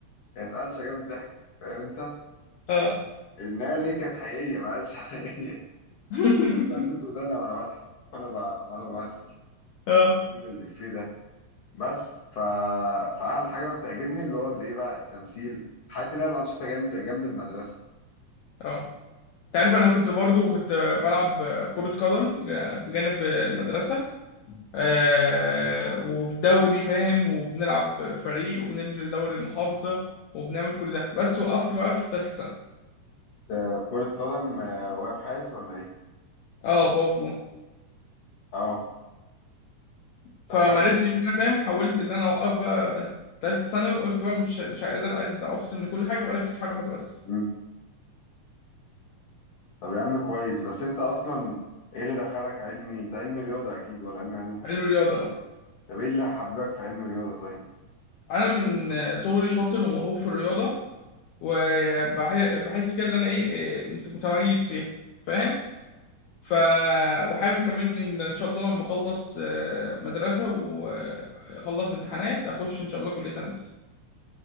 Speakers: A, on the left (about 70°); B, on the left (about 80°).
A: كانت قلشه جابت ضحك فاهم انت
B: اه
A: انها ليه كانت حقيقيه ما قالش حقيقيه
B: <laughs>
A: بس سدت ودانا وانا بضحك وانا ب... وانا بمثل
B: اه
A: بقول الافيه ده بس ف... فأحلى حاجة بتعجبني اللي هو اللي إيه بقى التمثيل حياتي اللي هي الأنشطة جنب جنب المدرسة
B: اه انت عارف انا كنت برضو كنت بلعب كرة قدم آه، بجانب المدرسة آه وفي دوري فاهم وبنلعب فريق وبننزل دوري محافظة وبنعمل كل ده بس وقفت بقى في تالتة سنة
A: آه، كرة قدم آه، واقف حارس ولا إيه؟
B: اه بقف جون
A: أه
B: فمعرفتش
A: طب حلو
B: انا فاهم حاولت ان انا اوقف بقى تالتة ثانوي وقلت بقى مش مش قادر عايز افصل من كل حاجه واركز في حاجه واحده بس
A: مم. طب يا عم كويس بس أنت أصلا إيه اللي دخلك علمي؟ أنت علمي رياضة أكيد ولا علمي علوم؟
B: علم الرياضه
A: طب إيه اللي حباك في علم رياضة طيب؟
B: انا من صغري شاطر وموهوب في الرياضه وبحس كده ان انا ايه إيه، مت- متميز فيها فاهم ف وحابب كمان ان ان شاء الله لما اخلص آه، مدرسه واخلص امتحانات اخش ان شاء الله كليه هندسه